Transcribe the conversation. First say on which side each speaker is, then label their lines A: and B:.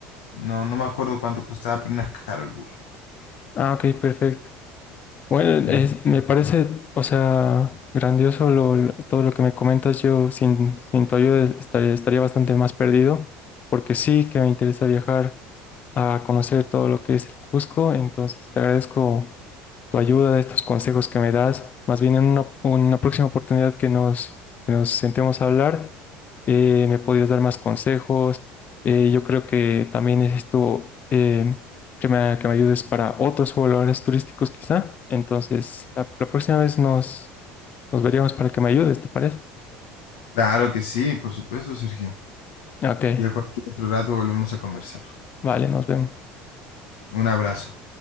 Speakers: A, on the left; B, on the left.
A: No, no me acuerdo cuánto costaba, pero no es caro el burro.
B: Ah, ok, perfecto. Bueno,
A: Mm.
B: es- me parece, o sea, grandioso lo- lo- todo lo que me comentas. Yo sin, sin tu ayuda estaría, estaría bastante más perdido, porque sí que me interesa viajar a conocer todo lo que es el Cusco. Entonces, te agradezco tu ayuda, estos consejos que me das. Más bien en una, una próxima oportunidad que nos, que nos sentemos a hablar, eh, me podrías dar más consejos. Eh, yo creo que también es esto. eh, que me, que me ayudes para otros valores turísticos quizá. Entonces, la, la próxima vez nos, nos veríamos para que me ayudes, ¿te parece?
A: Claro que sí, por supuesto, Sergio.
B: Ok,
A: Ya cualquier otro rato volvemos a conversar.
B: vale, nos vemos.
A: Un abrazo.